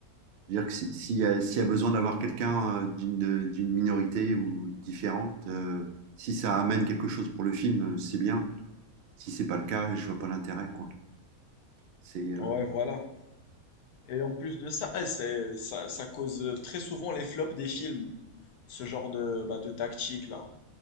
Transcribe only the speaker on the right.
C'est-à-dire que si- s'il y a, s'il y a besoin d'avoir quelqu'un euh, d'une d'une minorité ou différente, euh, si ça amène quelque chose pour le film, euh, c'est bien. Si c'est pas le cas, je vois pas l'intérêt, quoi. C'est euh,